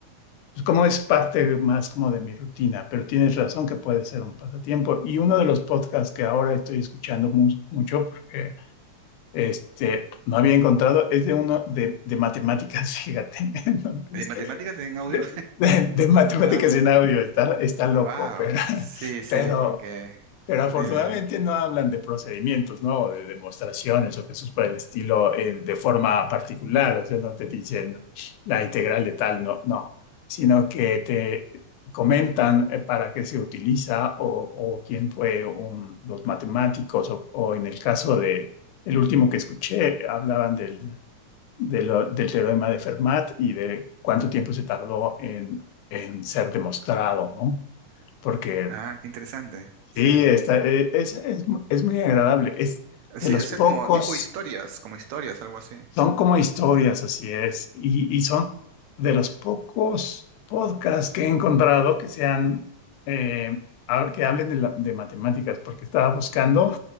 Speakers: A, on the left; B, on the right.
A: pues como es parte más como de mi rutina, pero tienes razón que puede ser un pasatiempo. Y uno de los podcasts que ahora estoy escuchando mu- mucho, porque este, no había encontrado, es de uno de, de matemáticas, <laughs> fíjate. Entonces,
B: ¿De matemáticas en audio?
A: de, de- de matemáticas
B: <laughs> ah,
A: en audio, está, está loco,
B: wow.
A: pero, <laughs>
B: Sí,
A: Sí.
B: sí,
A: pero
B: porque.
A: pero afortunadamente
B: Dime.
A: no hablan de procedimientos, ¿no? De demostraciones o cosas por el estilo eh, de forma particular, o sea, no te dicen la integral de tal, no, no, sino que te comentan eh, para qué se utiliza o, o quién fue un- los matemáticos o, o en el caso de, el último que escuché, hablaban del, de lo- del teorema de Fermat y de cuánto tiempo se tardó en, en ser demostrado, ¿no? Porque
B: Ah, qué interesante. Sí.
A: Sí, está, e- es, es, es muy agradable. Es de
B: Sí,
A: los
B: o sea,
A: pocos,
B: como tipo historias, como historias, algo así.
A: son como historias, así es. Y, y son de los pocos podcasts que he encontrado que sean, eh, hab- que hablen de, la- de matemáticas, porque estaba buscando